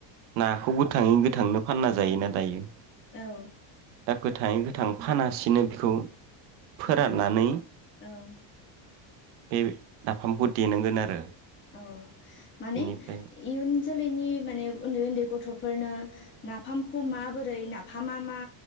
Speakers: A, on the right (about 85°); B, on the left (about 25°).
A: नाखौ गोथाङै गोथांनो फानना जायोना दायो।
B: औ
A: दा गोथाङै गोथां फानासिनो बेखौ फोराननानै
B: औ
A: बे नाफामखौ देनांगोन आरो
B: औ माने
A: बेनिफ्राय
B: इयुन जोलैनि माने उन्दै उन्दै गथ'फोरनो नाफामखौ माबोरै नाफामा मा